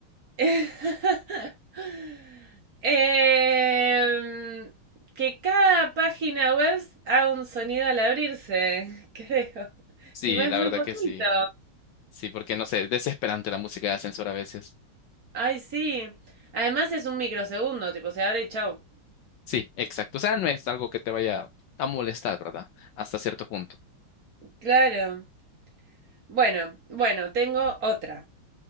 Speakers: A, on the right; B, on the left.
A: <laughs> Em, que cada página web haga un sonido al abrirse, <laughs> creo.
B: Sí,
A: Tipo, es
B: la
A: muy
B: verdad
A: poquito.
B: que sí. Sí, porque no sé, es desesperante la música de ascensor a veces.
A: Ay, sí. Además es un microsegundo, tipo, se abre y chau.
B: Sí, exacto. O sea, no es algo que te vaya a molestar, ¿verdad? Hasta cierto punto.
A: Claro. Bueno, bueno, tengo otra.